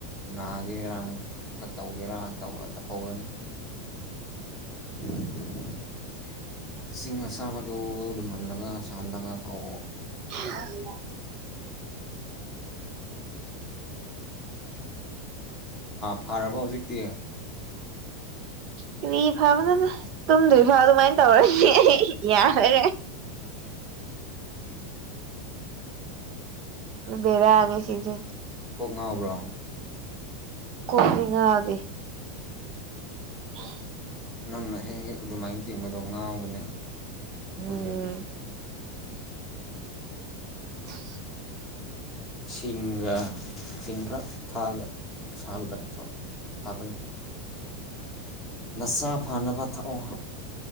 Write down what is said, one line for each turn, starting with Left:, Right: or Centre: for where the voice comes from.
Centre: ꯅꯥꯒꯤꯔ ꯑꯣꯛꯀ ꯇꯧꯒꯦꯔꯥ ꯇꯧꯍꯧꯔꯅꯤ <inaudible> ꯏꯁꯤꯡ ꯑꯁꯥꯕꯗꯨ ꯂꯨꯝꯍꯜꯂꯒ ꯁꯥꯍꯜꯂꯒ ꯊꯛꯑꯣ
Right: <inaudible>
Centre: ꯐꯥꯔꯕꯣ ꯍꯧꯖꯤꯛꯇꯤ
Right: ꯀꯔꯤ ꯐꯕꯅꯣꯗ ꯇꯨꯝꯗꯣꯏ ꯐꯥꯎ ꯑꯗꯨꯃꯥꯏꯅ ꯇꯧꯔꯗꯤ ꯌꯥꯔꯦ ꯕꯦꯔꯥꯅꯦ ꯁꯤꯁꯦ
Centre: ꯀꯣꯛ ꯉꯥꯎꯕ꯭ꯔꯣ
Right: ꯀꯣꯛꯇꯤ ꯉꯥꯎꯗꯦ ꯑꯣ
Centre: ꯅꯪꯅ ꯍꯦꯛ- ꯍꯦꯛ ꯑꯗꯨꯃꯥꯏꯅ ꯆꯤꯡꯕꯗꯣ ꯉꯥꯎꯕꯅꯦ
Right: ꯎꯝ
Centre: ꯀꯨꯏꯈꯔꯗꯤ
Right: ꯍ
Centre: ꯏꯁꯤꯡꯒ ꯏꯁꯤꯡ ꯈꯔ ꯊꯥꯛꯑꯣꯁꯥꯍꯜꯂꯒ ꯐꯕꯅꯦ ꯅꯁꯥ ꯐꯅꯕ ꯊꯛꯑꯣ